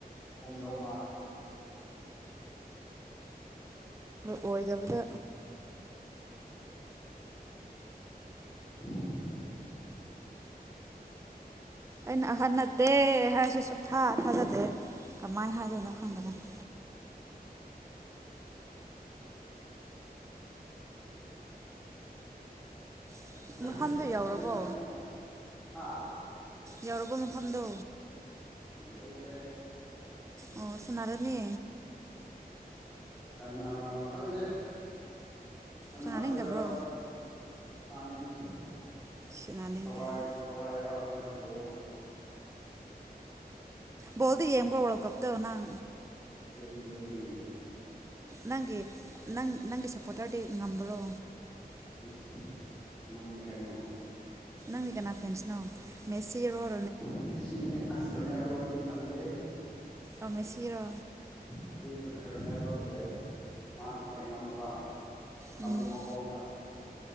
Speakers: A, in the centre; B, on the right.
A: ꯈꯨꯝꯗꯧ ꯃꯥꯜꯂꯦ
B: ꯑꯣꯏꯗꯕꯗ
A: <inaudible>
B: ꯑꯩꯅ ꯑꯍꯟ ꯅꯠꯇꯦ ꯍꯥꯏꯔꯁꯨ ꯁꯊꯥ ꯊꯥꯖꯗꯦ ꯀꯃꯥꯏꯅ ꯍꯥꯏꯗꯣꯏꯅꯣ ꯈꯪꯕꯅꯅꯤ <inaudible>
A: <unintelligible>
B: ꯌꯧꯔꯕꯣ ꯌꯧꯔꯕ ꯃꯐꯝꯗꯣ
A: ꯌꯧꯔꯦ
B: ꯑꯣ ꯁꯣꯅꯥꯔꯥꯅꯤ
A: ꯀꯥꯅꯥ ꯈꯪꯗꯦ ꯁꯅꯁꯦꯔꯥ
B: ꯁꯥꯟꯅꯅꯤꯡꯗꯕ꯭ꯔꯣ
A: ꯇꯥꯅꯤꯉꯦ꯫
B: ꯁꯥꯟꯅꯅꯤꯡ
A: ꯊꯋꯥꯏ
B: ꯀꯥꯏꯅ
A: ꯊꯋꯥꯏ ꯌꯥ ꯅꯦꯅ ꯕꯣꯜꯗꯣ
B: ꯕꯣꯜꯗꯤ ꯌꯦꯡꯕ ꯋꯥꯜ ꯀꯞꯇꯣ ꯅꯪ
A: ꯌꯦꯡꯗꯔ꯭ꯗꯤ
B: ꯅꯪꯒꯤ ꯅꯪ ꯅꯪꯒꯤ ꯁꯞꯄꯣꯔꯇꯔꯗꯤ ꯉꯝꯕ꯭ꯔꯣ
A: ꯏꯁ ꯉꯝꯃꯦ ꯀꯩꯅꯣ
B: ꯅꯣꯏ ꯀꯥꯅꯥ ꯐꯦꯟ ꯅꯣ ꯃꯦꯁꯤ ꯔꯣ
A: ꯃꯦꯁꯤꯅꯦ ꯑꯁ꯭ꯔ ꯔꯣꯅꯥꯂꯗꯣꯗꯤ ꯇꯜꯂꯦ
B: ꯑꯃꯦ ꯁꯤꯔꯣ
A: ꯉꯁꯤ ꯔꯣꯅꯦꯗꯣꯒꯤ ꯂꯩ ꯃꯥꯅ ꯍꯦꯛ ꯉꯝꯃꯕ ꯁꯃꯨ
B: ꯎꯝ
A: ꯃꯈꯣꯡꯗ